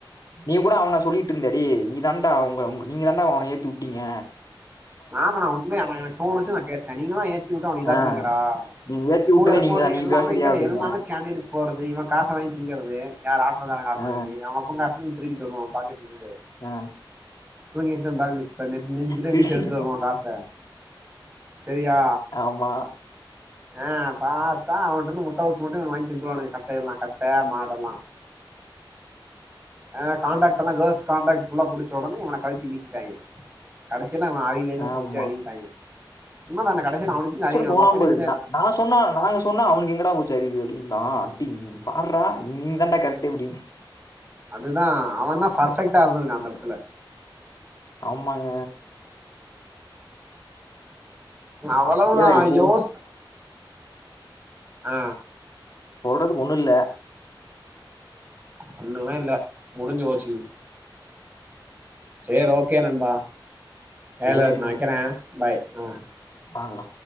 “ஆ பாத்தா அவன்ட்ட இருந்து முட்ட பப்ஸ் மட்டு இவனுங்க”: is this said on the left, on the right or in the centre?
Right